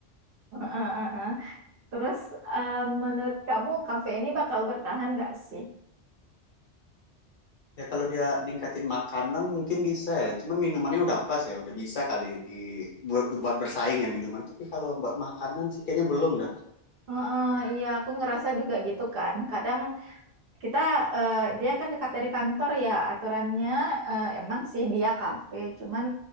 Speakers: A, on the right; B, on the left.
A: Heeh, heeh, heeh. Terus eh, menurut kamu kafe ini bakal bertahan nggak sih?
B: Ya kalau dia ningkatin makanan mungkin bisa ya. Cuman minumannya udah pas ya, udah bisa kali di buat, buat bersaing ya minuman. Tapi kalau buat makanan sih kayaknya belum dah.
A: Heeh, iya, aku ngerasa juga gitu kan. Kadang Kita eh, dia kan dekat dari kantor ya aturannya eh, emang sih dia kafe, cuman